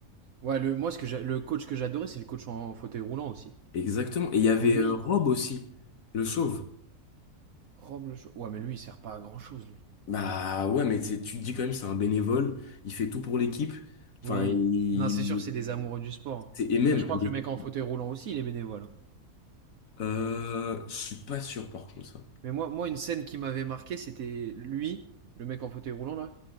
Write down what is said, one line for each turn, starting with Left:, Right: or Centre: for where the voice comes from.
Right: Ouais, le, moi, ce que j'a- le coach que j'adorais, c'est le coach en fauteuil roulant aussi.
Left: Exactement. Et il y avait
Right: Où lui,
Left: euh, Rob aussi, le chauve.
Right: Rob le Chou- Ouais, mais lui, il sert pas à grand-chose, lui.
Left: Bah ouais, mais c'est- tu te dis quand même, c'est un bénévole, il fait tout pour l'équipe. Enfin,
Right: Oui.
Left: il,
Right: Non, c'est sûr, c'est des amoureux du sport.
Left: c'est- et même,
Right: Mais je crois
Left: il
Right: que
Left: est-
Right: le mec en fauteuil roulant aussi, il est bénévole. hein.
Left: euh, je suis pas sûr par contre ça.
Right: Mais moi, moi, une scène qui m'avait marqué, c'était lui, le mec en fauteuil roulant, là.